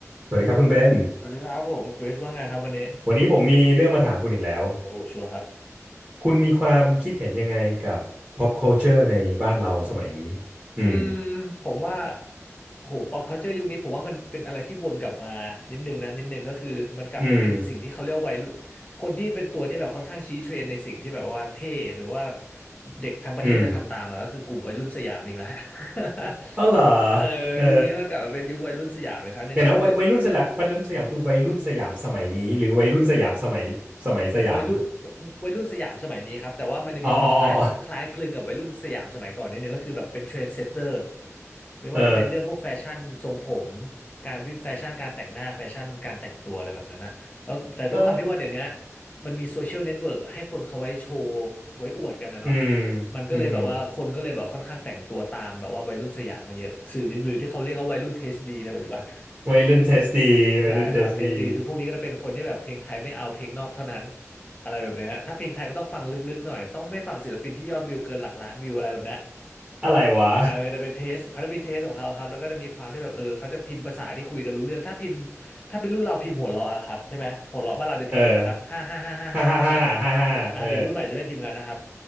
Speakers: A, on the right; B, on the left.
A: สวัสดีครับคุณเบน
B: สวัสดีครับผมคริสว่าไงครับวันนี้
A: วันนี้ผมมีเรื่องมาถามคุณอีกแล้ว
B: โอ้ชัวร์ครับ
A: คุณมีความคิดเห็นยังไงกับ pop culture ในบ้านเราสมัยนี้อืม
B: อืมผมว่าโหป๊อปคัลเจอร์ยุคนี้ผมว่ามันเป็นอะไรที่วนกลับมานิดนึงนะนิดนึงก็คือมันกลับไปเป็นสิ่งที่เขาเรียกว่าวัยรุ่นคนที่เป็นตัวที่แบบค่อนข้างชี้เทรนด์ในสิ่งที่แบบว่าเท่หรือว่า
A: อืม
B: เด็กทั้งประเทศจะทำตามอ่ะก็คือกลุ่มวัยรุ่นสยามอีกแล้ว
A: อืม
B: <laughs>
A: อ๋อเหรอ
B: เออยุคนี้มันกลับมาเป็นยุควัยรุ่นสยามอีกครั้งหนึ่งก็คือ
A: เออเดี๋ยวนะวัยวัยรุ่นสยามวัยรุ่นสยามคือวัยรุ่นสยามสมัยนี้หรือวัยรุ่นสยามสมัยสมัยสยาม
B: วัยรุ่นวัยวัยรุ่นสยามสมัยนี้ครับแต่ว่ามันจะมีความคล้ายคล้ายคลึงกับวัยรุ่นสยามสมัยก่อนนิดนึงก็คือแบบเป็นเทรนด์เซตเตอร์
A: <laughs> อ๋ออ๋ออ๋ออ๋อ
B: ไม่ว่าจะเป็นเรื่องพวกแฟชั่นทรงผม
A: เออ
B: การวิแฟชั่นการแต่งหน้าแฟชั่นการแต่งตัวอะไรแบบนั้นนะแล้วแต่ด้วยความที่ว่าเดี๋ยวนี้
A: เออ
B: มันมีโซเชียลเน็ตเวิร์กให้คนเขาไว้โชว์ไว้อวดกันนะเนาะ
A: อืม
B: มันก็เลยแบบว่าคนก็เลยแบบค่อนข้างแต่งตัวตามแบบว่าวัยรุ่นสยามกันเยอะสื่อหรือที่เขาเรียกว่าวัยรุ่นเทสดีในปัจจุบัน
A: อืมวัยรุ่นเทสดีวัยรุ่นเทสดี
B: ใช่ครับเทสดีคือพวกนี้ก็จะเป็นคนที่แบบเพลงไทยไม่เอาเพลงนอกเท่านั้นอะไรแบบเนี้ยถ้าเพลงไทยก็ต้องฟังลึกๆหน่อยต้องไม่ฟังศิลปินที่ยอดวิวเกินหลักล้านวิวอะไรแบบเนี้ย
A: อะไรวะ
B: เออจะเป็นเทสเขาจะมีเทสของเขาครับแล้วก็จะมีความที่แบบเออเขาจะพิมพ์ภาษาที่คุยกันรู้เรื่องถ้าพิมพ์ถ้าเป็นรุ่นเราพิมพ์หัวเราะอะครับใช่ไหมหัวเราะบ้านเราจะพิมพ์อะไรนะครับห้าห้าห้าห้าห้าใช่ไหม
A: <laughs> เออฮ่าฮ่าฮ่าฮ่าฮ่าเออ
B: อ่าเด็กรุ่นใหม่จะไม่พิมพ์กันนะครับ